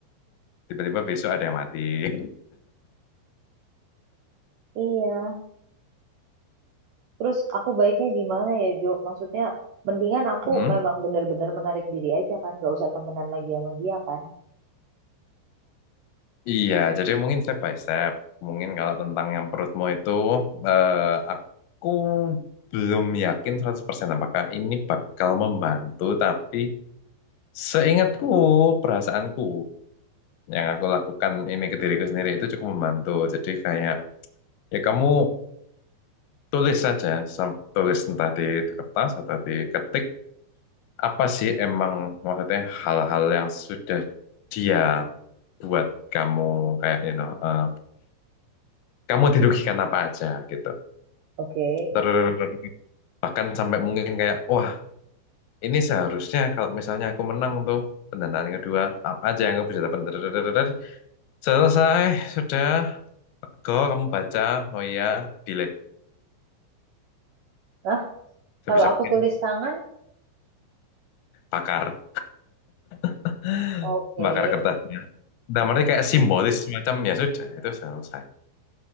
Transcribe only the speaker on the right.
iya terus aku baiknya gimana ya Jo maksudnya mendingan aku
memang bener-bener menarik diri aja kan nggak usah temenan lagi sama dia kan
oke
Nah,
kalau aku
tulis tangan
Oke.
Hmm.